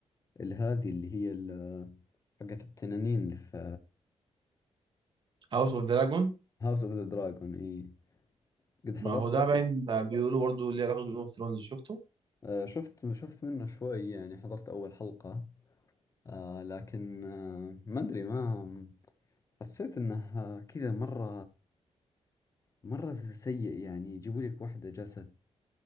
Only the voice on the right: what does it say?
هاوس اوف دراجون
ما هو ده باين ده بيقولوا برضه ليه علاقه بجيم اوف ثرونز شفته